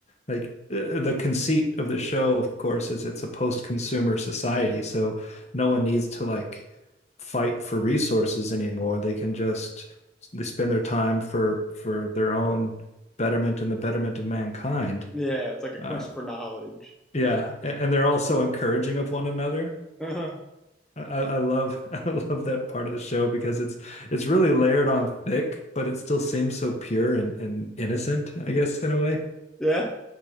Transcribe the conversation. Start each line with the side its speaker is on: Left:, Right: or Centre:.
Left: like uh, the conceit of the show, of course, is it's a post-consumer society, so no one needs to like fight for resources anymore. They can just they spend their time for for their own betterment and the betterment of mankind.
Centre: Yeah, it's like a quest
Left: Uh,
Centre: for knowledge.
Left: yeah, and, they're also encouraging of one another.
Centre: Uh-huh.
Left: I I love <laughs> I love that part of the show because it's it's really layered on thick, but it still seems so pure and, and innocent, I guess, in a way.
Centre: Yeah.